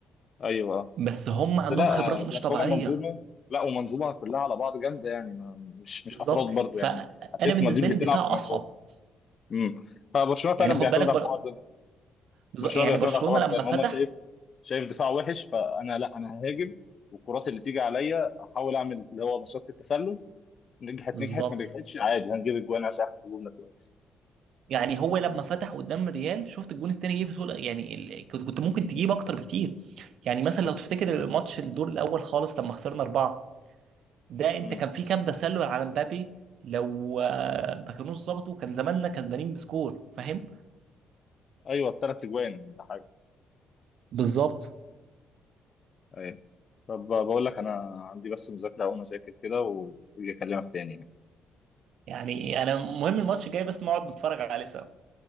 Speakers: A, on the left; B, on the right.
A: ايوه
B: بس هم
A: بس
B: عندهم
A: لا
B: خبرات
A: آه، بس
B: مش طبيعية
A: هما منظومه لا ومنظومه كلها على بعض جامده يعني ما مش مش
B: بالظبط
A: افراد برضو
B: فانا
A: يعني اتلتيكو
B: بالنسبة
A: مدريد بتلعب
B: لي الدفاع
A: كمنظومه
B: اصعب
A: امم فبرشلونه
B: يعني
A: فعلا بيعتمد
B: خد بالك
A: على الحوار ده
B: بز-
A: برشلونه
B: يعني
A: بيعتمد
B: برشلونة
A: على الحوار
B: لما
A: ده ان
B: فتح
A: هما شايف شايف دفاع وحش فانا لا انا ههاجم والكرات اللي تيجي عليا احاول اعمل اللي هو مصيده التسلل نجحت
B: بالظبط
A: نجحت ما نجحتش عادي هنجيب اجوان عشان احنا هجومنا كويس
B: يعني هو لما فتح قدام الريال شفت الجون التاني جه بسهولة يعني ال- كنت كنت ممكن تجيب اكتر بكتير يعني مثلا لو تفتكر الماتش الدور الاول خالص لما خسرنا اربعة ده انت
A: امم
B: كان في كام تسلل على مبابي لو آه، ما كانوش ظبطوا كان زماننا كسبانين بسكور فاهم
A: ايوه الثلاث اجوان ولا حاجه
B: بالظبط
A: ايوه طب بقول لك انا عندي بس مذاكره اقوم اذاكر كده واجي اكلمك تاني يعني.
B: يعني انا مهم الماتش جاي بس نقعد نتفرج عليه سوا